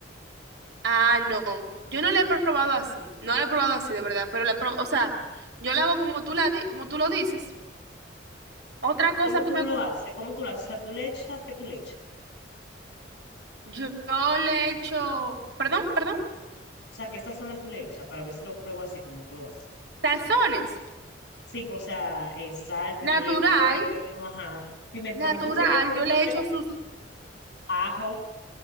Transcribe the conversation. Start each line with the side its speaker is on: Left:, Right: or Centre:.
Right: Ah, no, yo no la he probado así, no la he probado así de verdad, pero la pro- o sea, yo la hago como tú la di- como tú lo dices. Otra cosa
Left: ¿Cómo
Right: que
Left: tú
Right: me
Left: lo
Right: gusta,
Left: haces? ¿Cómo tú lo haces? O sea, tú le echas, ¿qué tú le echas?
Right: yo, yo le echo, perdón, perdón,
Left: O sea, ¿qué sazón tú le echas? Para ver si lo pruebo así como tú lo haces.
Right: tazones,
Left: Sí, o sea, eh, sal, pimienta,
Right: natural,
Left: orégano, ajá. Pimentón
Right: natural,
Left: dulce, ¿qué tú, le-
Right: yo le
Left: qué
Right: echo
Left: tú
Right: su,
Left: le echas? Ajo,